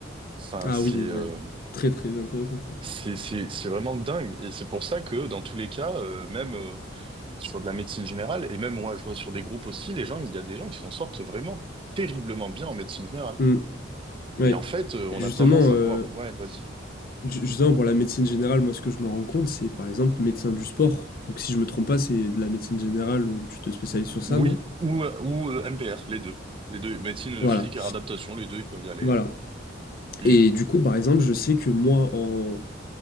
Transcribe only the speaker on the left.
Ah
oui,
ouais. Très très intéressant ça.
Mm, ouais.
Et justement,
euh,
ju- justement, pour la médecine générale, moi ce que je me rends compte, c'est par exemple médecin du sport. Donc si je me trompe pas, c'est de la médecine générale où tu te spécialises sur
ça, non?
Voilà.
Voilà.
Et du coup, par exemple, je sais que moi, en,